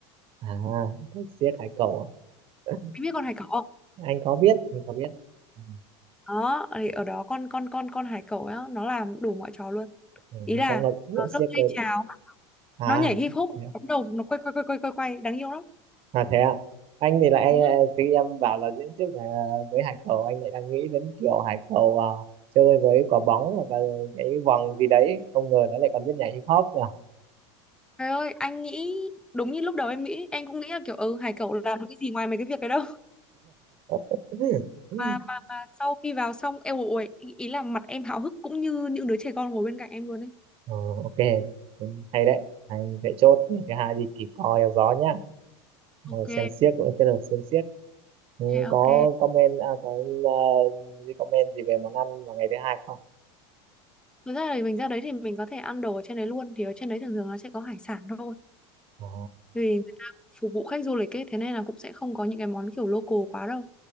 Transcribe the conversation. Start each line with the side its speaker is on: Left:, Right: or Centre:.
Right: à thích siếc hải cẩu à?
Centre: em biết con hải cẩu không
Right: anh có biết anh có biết ừ.
Centre: đó thì ở đó con con con con hải cẩu á nó làm đủ mọi trò luôn
Right: Ừ,
Centre: ý là
Right: chắc nó cũng
Centre: nó giơ
Right: siếc
Centre: tay
Right: với
Centre: chào
Right: à
Centre: nó nhảy hip hop nó
Right: Thế
Centre: bấm đầu nó quay quay quay quay quay quay đáng yêu lắm
Right: À thế ạ. Anh thì lại
Centre: Ừ.
Right: khi em bảo là diễn thuyết về với hải cầu anh lại đang nghĩ đến kiểu hải cầu à, chơi với quả bóng hoặc là cái vòng gì đấy không ngờ nó lại còn biết nhảy hip hop à.
Centre: trời ơi anh nghĩ đúng như lúc đầu em nghĩ em cũng nghĩ là kiểu ừ hải cẩu làm được cái gì ngoài mấy cái việc đấy đâu <laughs>
Right: <laughs>
Centre: mà, mà, mà sau khi vào xong em ủi ý ý là mặt em háo hức cũng như những đứa trẻ con ngồi bên cạnh em luôn ấy
Right: Ờ, ok Ừ, hay đấy anh sẽ chốt ngày thứ hai đi kỳ co eo gió nhá
Centre: Ok,
Right: Ờ, xem xiếc cũng kết hợp xem xiếc Ừ,
Centre: Ok,
Right: có
Centre: ok.
Right: comment à, có ờ, gì comment gì về món ăn vào ngày thứ hai không
Centre: Thực ra thì mình ra đấy thì mình có thể ăn đồ ở trên đấy luôn. Thì ở trên đấy thường thường nó sẽ có hải sản thôi.
Right: Ờ,
Centre: Vì người ta phục vụ khách du lịch ấy, thế nên là cũng sẽ không có những cái món kiểu local quá đâu.